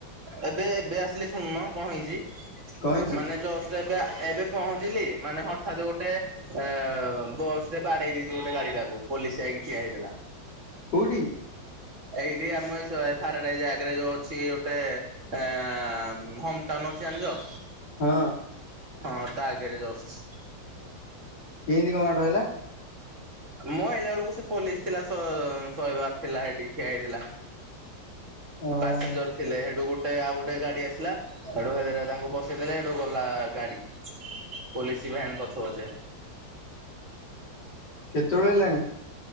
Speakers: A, on the right; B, on the left.
A: ଏବେ ଏବେ ଆସିଲେ। ଶୁଣୁନ କଣ ହେଇଛି
B: କଣ ହେଇଛି
A: ମାନେ ଯଷ୍ଟ। ଏ ଏବେ ପହଞ୍ଚିଲି ମାନେ ହଠାତ୍ ଗୋଟେ ଅ ବସରେ ବାଡେଇ ଦେଇଛି ଗୋଟେ ଗାଡି ଟାକୁ। ଆ ପୋଲିସ ଯାଇକି ଠିଆ ହେଇଥିଲା।
B: କୋଉଠି?
A: ଏଇଠି ଆମ ଏଇ ହାରଡ ଜାଗରେ ଯୋଉ ଅଛି ଗୋଟେ ଅ ହୋମ ଟାଉନ ଅଛି ଜାଣିଛ?
B: ହଁ।
A: ହଁ ତା ଆଗରେ ଯାଉଛି।
B: କେମିତି କଣ ମାଡ ହେଲା?
A: ମୋ ଆଇଲା ବେଳକୁ ସେ ପୋଲିସ ଥିଲା ଶହେବାର ଥିଲା ସେଠି ଠିଆ ହେଇଥିଲା।
B: ଓହୋ
A: ପାସେଞ୍ଜର ଥିଲେ ସେଠୁ ଗୋଟେ ଗୋଟେ ଆଉ ଗୋଟେ ଗାଡି ଆସିଲା ଏଠୁ ହେରେ ତାଙ୍କୁ ବସେଇଦେଲେ ଏଠୁ ଗଲା ଗାଡି। ପୋଲିସ ଭ୍ୟାନ୍ ପଛ ପଛେ।
B: କେତେବେଳେ ହେଲାଣି?